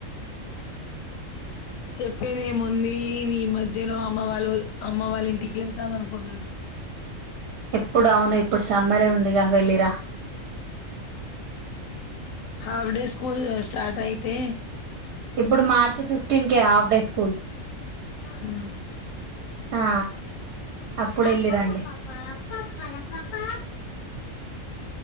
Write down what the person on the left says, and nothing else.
చెప్పేదేముంది ఈ మధ్యలో అమ్మ వాళ్ళు అమ్మ వాళ్ళ ఇంటికి వెళ్తాం అనుకుంటున్నా
హాఫ్ డే స్కూల్ స్టార్ట్ అయితే
హ్మ్
పప్పా
పప్పా పప్ పర ప్రపా